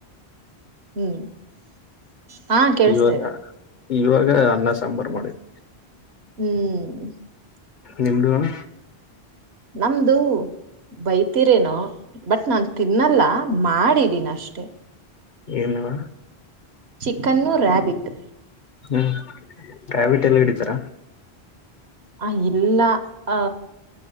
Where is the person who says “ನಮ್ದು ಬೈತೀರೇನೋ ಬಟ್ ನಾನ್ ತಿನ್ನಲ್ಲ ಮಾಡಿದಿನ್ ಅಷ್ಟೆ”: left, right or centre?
Right